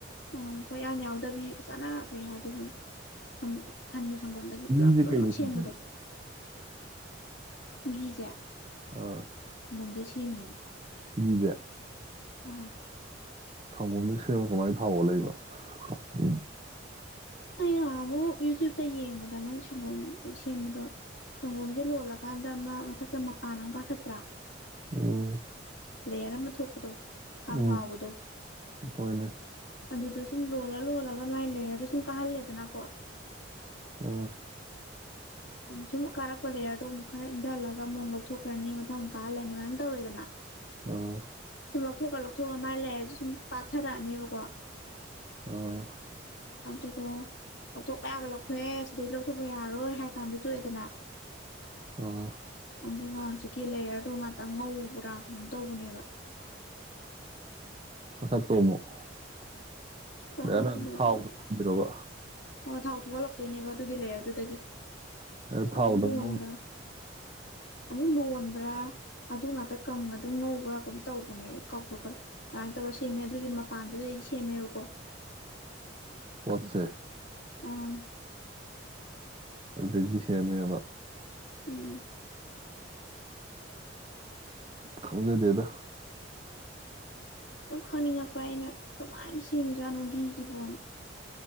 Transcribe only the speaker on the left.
ꯑ ꯄꯣꯌꯥꯟ ꯌꯥꯎꯗꯕꯤ ꯐꯖꯅ ꯀꯩ ꯍꯥꯏꯗꯣꯏꯅꯣꯪꯉꯁꯤ ꯁꯪꯒꯣꯝꯗꯒꯤ
ꯄꯨꯂꯞ ꯂꯣꯏꯅꯃꯛ
ꯁꯦꯝꯕꯗꯣ
ꯒꯤ ꯒꯤꯖꯥꯛ
ꯃꯣꯟꯗꯁꯤ ꯃꯤ
ꯑ <inaudible>
ꯑ ꯉꯍ ꯑꯃꯨꯛ ꯌꯨꯇ꯭ꯌꯨꯕꯇ ꯌꯦꯡꯕꯗ ꯃꯣꯏ ꯁꯪꯒꯣꯝ ꯁꯦꯝꯕꯗꯣ ꯁꯪꯒꯣꯝꯁꯦ ꯂꯣꯜꯂꯀꯥꯟꯗ ꯑꯃ ꯃꯊꯛꯇ ꯃꯄꯥꯟ ꯑꯃ ꯀꯥꯈꯠꯇ꯭ꯔꯥ
ꯂꯦꯌꯔ ꯑꯃ ꯊꯣꯛꯄꯗꯣ ꯍꯝ
ꯍꯥꯎꯕꯗꯣ
ꯑꯗꯨꯗ ꯁꯨꯝ ꯂꯣꯜꯂ ꯂꯣꯜꯂꯒ ꯑꯗꯨ ꯃꯃꯥꯏꯅ ꯂꯩꯗ ꯁꯨꯝ ꯀꯥꯍꯜꯂꯦꯗꯅꯀꯣ
ꯁꯨꯝ ꯀꯥꯔꯛꯄ ꯂꯦꯌꯔꯗꯣ ꯑꯃꯨꯛ ꯈꯔ ꯏꯟꯊꯍꯜꯂꯒ ꯑꯃꯨꯛ ꯂꯧꯊꯣꯛꯈ꯭ꯔꯅꯤ ꯃꯊꯪ ꯀꯥꯜꯂꯅꯤ ꯃꯌꯥꯝ ꯇꯧꯔꯦꯗꯅ
ꯁꯨꯝ ꯂꯧꯊꯣꯛꯑ ꯂꯧꯊꯣꯛꯑꯒ ꯃꯥꯥꯏ ꯂꯩꯔꯁꯨ ꯁꯨꯝ ꯄꯥꯊꯔꯛꯑꯅꯦꯕꯀꯣ
ꯑꯗꯨꯗꯣ ꯂꯧꯊꯣꯛꯄ ꯌꯥꯕ ꯂꯧꯊꯣꯛꯑꯦ ꯁꯤꯗꯒꯤꯗꯤ ꯂꯧꯊꯣꯛꯄ ꯌꯥꯔꯣꯏ ꯍꯥꯏ ꯀꯥꯟꯗ ꯇꯣꯛꯑꯦꯗꯅ
ꯑꯗꯨꯒ ꯍꯧꯖꯤꯛ ꯀꯤ ꯂꯦꯌꯔꯗꯨ ꯉꯥꯛꯇꯪ ꯉꯧꯕ꯭ꯔꯥ ꯀꯩꯅꯝ ꯇꯧꯕꯅꯦꯕ
ꯏꯁꯤꯡ ꯈꯔ
ꯍꯥꯞꯄ
ꯂꯣꯟꯕ꯭ꯔꯥ
ꯑꯣ ꯊꯥꯎ ꯊꯣꯛꯍꯠꯂꯛꯇꯣꯏꯅꯦꯕ ꯑꯗꯨꯒꯤ ꯂꯩꯔ ꯑꯗꯨꯗꯒꯤ
ꯑꯃꯨꯛ ꯂꯨꯣꯟꯕ꯭ꯔꯥ
ꯎꯝ ꯑꯃꯨꯛ ꯂꯣꯟꯕ꯭ꯔꯥ ꯑꯗꯨ ꯉꯥꯛꯇ ꯀꯪꯅ ꯑꯗꯨꯝ ꯉꯧꯕ꯭ꯔꯥ ꯀꯝ ꯇꯧꯕꯅꯦ ꯑꯩ ꯀꯥꯎꯊꯣꯛꯈ꯭ꯔꯦ ꯑꯗꯨꯃꯥꯏꯅ ꯇꯧ ꯁꯦꯝꯃꯦ ꯑꯗꯨꯒꯤ ꯃꯄꯥꯟꯗꯨꯗꯩꯗꯤ ꯁꯦꯝꯃꯦꯕꯀꯣ
ꯑꯥ
ꯎꯝ
ꯑꯗꯨꯝ ꯈꯪꯅꯤꯡꯉꯛꯄ ꯑꯩꯅ ꯀꯃꯥꯏꯅ ꯁꯦꯝꯃꯤꯖꯥꯠꯅꯣ ꯘ ꯒꯤꯁꯤꯕꯣꯅ